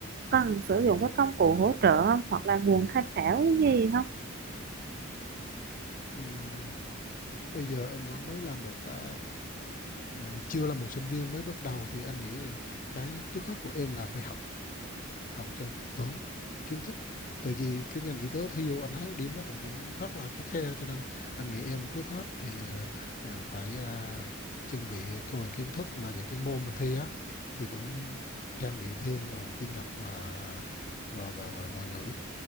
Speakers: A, on the right (about 45°); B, on the left (about 40°).
A: cần sử dụng các công cụ hỗ trợ không hoặc là nguồn tham khảo gì không?
B: ừm, bây giờ em vẫn mới là một à, à, chưa là một sinh viên mới bắt đầu thì anh nghĩ là cái trước hết của em là phải học học cho vững kiến thức từ vì cái ngành y tế thi vô anh thấy điểm nó cũng cũng rất là khắt khe cho nên anh nghĩ em trước hết thì à, à, phải à, chuẩn bị cái vài kiến thức mà những cái môn mình thi á thì cũng trang bị thêm và tin học và và và, và ngoại ngữ